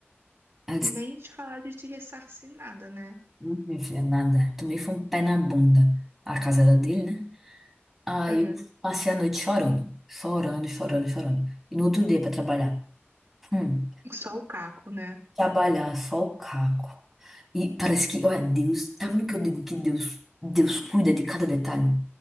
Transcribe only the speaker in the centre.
Ela disse,
"Não, minha filha, é nada. Tomei foi um pé na bunda. A casa era dele, né? Aí
eu passei a noite chorando, chorando, chorando, chorando. E no outro dia pra trabalhar. Hum,
trabalhar só o caco. E parece que, olha, Deus, tá vendo que eu digo que Deus, Deus cuida de cada detalhe?